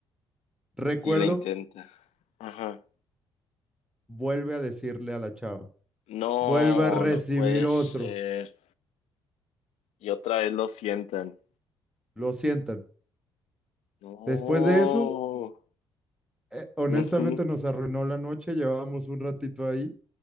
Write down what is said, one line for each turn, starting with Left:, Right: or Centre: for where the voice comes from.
Centre: recuerdo,
Left: Y la intenta. Ajá.
Centre: vuelve a decirle a la chava,
Left: No,
Centre: vuelve a recibir
Left: no puede
Centre: otro,
Left: ser. Y otra vez lo sientan.
Centre: lo sientan.
Left: No.
Centre: Después de eso, eh, honestamente
Left: Ujú.
Centre: nos arruinó la noche, llevábamos un ratito ahí